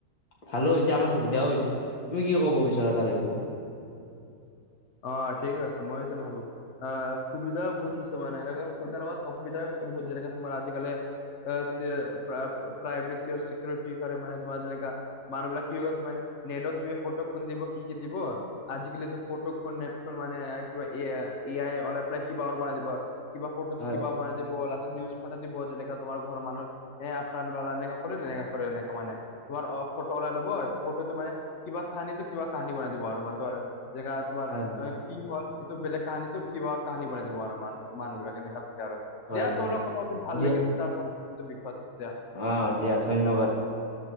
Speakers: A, on the left; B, on the left.
A: ভালো হৈছে, আমাৰ সুবিধাও হৈছে। তুমি কি ক'ব বিচাৰা তাৰে ওপৰত?
B: অ' ঠিক আছে মইও এইটো ভাবো। আ সুবিধা বহুত হৈছে মানে এনেকা কেইটা লগত অসুবিধা হৈছে বহুত যেনেকা তোমাৰ আজিকালি অ চি প্ৰাইভেচী প্ৰা প্ৰাইভেচী আৰু চিকউৰিটি কাৰণে মানে তোমাৰ যেনেকা মানুহ বিলাক কি হয় তোমাৰ নেটত তুমি ফটো খন দিব কি কি দিব আজিকালিতো ফটো নেট ফোন মানে কিবা এ আই অলাই পেলাই কিবাহৰ বনাই দিব কিবা ফটটো
A: হয়
B: কিবা বনাই দিব লাষ্টত নিউজ পঠায় দিব যেনেকা তোমাৰ ঘৰৰ মানুহে এ, আপোনাৰ ল'ৰা এনেকা কৰে তেনেকা কৰে এনেকা মানে। তোমাৰ অ' ফটো ওলাই ল'ব ফটোটো মানে কিবা কাহিনীটো কিবা কাহিনী বনাই দিব আৰু মানে তোমাৰ জেগাত তোমাৰ
A: হয় হয়
B: কি হ'ল এইটো বেলেগ কাহানীটো কিবাহৰ কাহানী বনাই দিব আৰু মান মানুহ বিলাক এনেকা থাকে আৰু।
A: হয়
B: দিয়া
A: হয়
B: তোমাৰ লগত কথা পাতি ভাল
A: দিয়া
B: লাগিল <unintelligible> এইটো বিষয়ত দিয়া।
A: অ' দিয়া ধন্যবাদ।